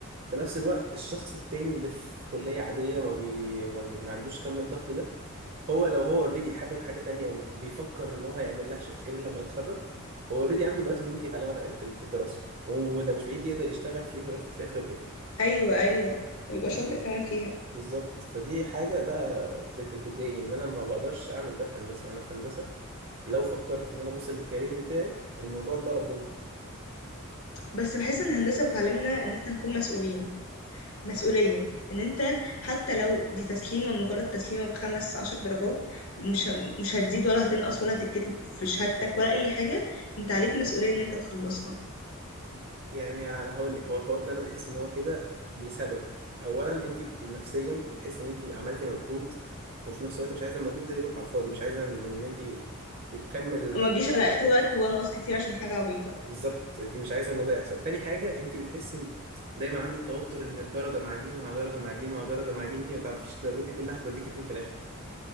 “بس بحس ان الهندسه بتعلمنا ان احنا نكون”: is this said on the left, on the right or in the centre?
Left